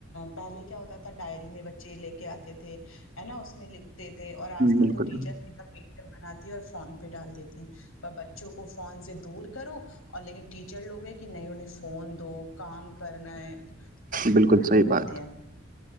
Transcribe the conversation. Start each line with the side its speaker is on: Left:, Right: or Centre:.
Left: پہلے کیا ہوتا تھا ڈائری میں بچے لے کے آتے تھے نا اس میں لکھ دیتے اور آج کل
Right: بالکل
Left: تو ٹیچر پ بناتی ہے اور فون پہ ڈال دیتی ہیں بچوں کو فون سے دور کرو اور لیکن ٹیچر لوگ ہیں کہ نہیں انہیں فون دو کام کرنا ہے بچے
Right: بالکل
Left: پڑتھے
Right: صحیح بات
Left: رہتے ہیں